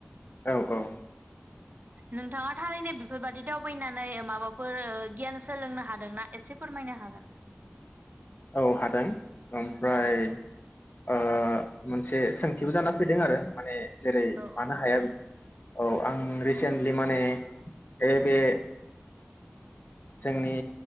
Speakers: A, on the left; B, on the right.
A: औ औ
B: नोंथाङा थारैनो बेफोरबायदि दावबायनानै माबाफोर गियान सोलोंनो हादोंना एसे फोरमायनो हागोन
A: औ हादों ओमफ्राय
B: औ नोंथां
A: ओ मोनसे सोंथिबो जाना फैदों आरो माने जेरै
B: औ
A: मानो हाया बिदि औ आं रिसेन्टलि माने बे बे जोंनि